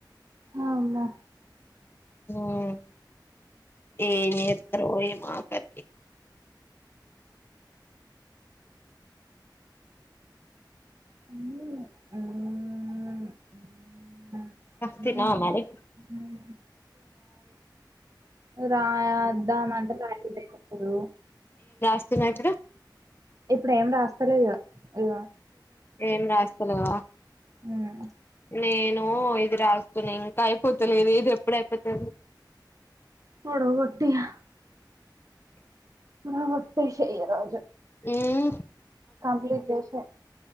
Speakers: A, on the right; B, on the left.
A: అవునా
B: ఉమ్ ఏమితరో ఏమో కత్తి
A: హ్మ్. హ్మ్. హ్మ్.
B: తిన్నవా
A: హ్మ్.
B: మరి
A: హ్మ్. రాద్దా అంటే రాడు
B: మాత్ర
A: ఇప్పుడు ఏం రాస్తలే ఇ ఇ
B: ఏం రాస్తలేవా
A: ఉ
B: నేను ఇది రాస్తున్నా ఇంకా అయిపోతలేదు ఇది ఎప్పుడు అయిపోతు
A: మడ పటియా బ ఒకట్టటి ఏ రోజు
B: ఉమ్
A: కంప్లిట్ చేస